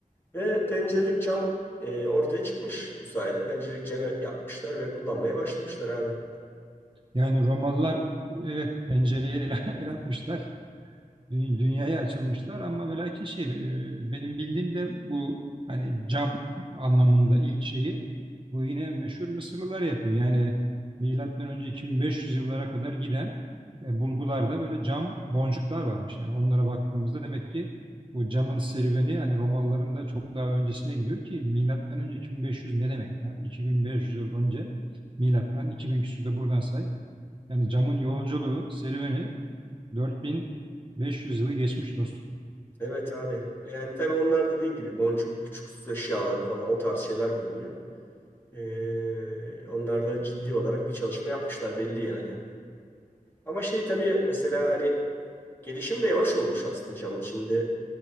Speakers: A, on the left; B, on the right.
A: Ve pencerelik cam e, ortaya çıkmış bu sayede. Pencerelik ceme yapmışlar ve kullanmaya başlamışlar abi.
B: Yani Romalılar evet pencereye el, <laughs> el atmışlar. dü- Dünyaya açılmışlar ama ve lakin şey e, benim bildiğim de bu hani cam anlamında ilk şeyi bu yine meşhur Mısırlılar yapıyor. Yani milattan önce 2500 yıllara kadar giden e, bulgularda böyle cam boncuklar varmış. Yani onlara baktığımızda demek ki bu camın serüveni hani Romalıların da çok daha öncesine gidiyor ki milattan önce 2500 ne demek ya? 2500 yıl önce milattan 2000 küsürde buradan say. Yani camın yolculuğu, serüveni 4500 yılı geçmiş dostum.
A: Evet abi. Yani tabii onlar da dediğin gibi boncuk, küçük süs eşyaları falan o tarz şeyler bulunuyor. Ee, onlar da ciddi olarak bir çalışma yapmışlar belli yani. Ama şey tabii mesela hani gelişimi de yavaş olmuş aslında camın. Şimdi